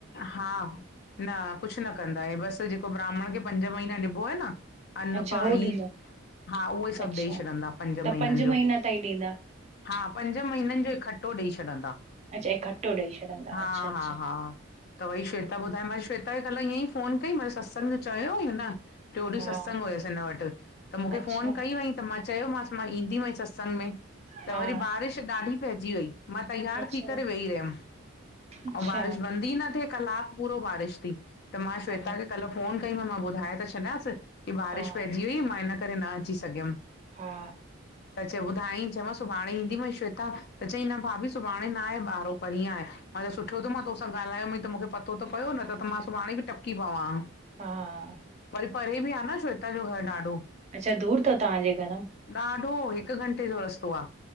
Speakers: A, on the left; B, on the right.
A: हा, न कुछ न कंदा हे बसि जेको ब्राह्मण खे पंज महीना ॾिबो आहे न। अन्न
B: अच्छा
A: पाणी,
B: हो ॾींदो
A: हा उहे सभु
B: अच्छा
A: ॾेई छॾंदा पंज
B: त
A: महीननि जो।
B: महीना ताईं ॾींदा
A: हा, पंज महीिननि जो इकठ्ठो ॾेई छॾंदा।
B: अच्छा इकठ्ठो ॾेई छॾंदा,
A: हा
B: अच्छा-अच्छा।
A: हा हा त उओइ श्वेता ॿुधायो, मां श्वेता खे कल्ह ईअंई फोन कई मां चयो सत्संग जो चयो हुअईं हुन। टयोॾी
B: हा
A: सत्संग हुयस हिन वट। त मुखे
B: अच्छा
A: फ़ोन कई हुईं त मां चयोमांस मां ईंदीमहि सत्संग में। त
B: हा
A: वरी बारिश ॾाढी पहजी वहि, मां तैयार
B: अच्छा
A: थी करे वेईी रहियम
B: अच्छा
A: आऊं बारिश बंद हि न थिए कलाक पूरो बारिश थी, त मां
B: हा
A: श्वेता खे कल फोन कई मांस मां ॿुधाए त छॾियांस। कि बारिश
B: हा
A: पहिजी वई मां इन करे न अची सॻयुम।
B: हा
A: त ॿुधाईं चयोमांस सुभाणे ईंदीमई, श्वेता त चईं न भाभी सुभाणे न आहे ॿारहो परीहं आहे। हा त सुठो थयो त मां तोसां ॻाल्हायो मई, त मुखे पतो त पयो न त-त मां सुभाणे बि टपकी पवांंहां।
B: हा
A: वरी परे बि आ न श्वेता जो घर ॾाढो
B: अच्छा दूर थव तव्हांजे घराऊं?
A: ॾाढो! हिक घंटे जो रस्तो आ।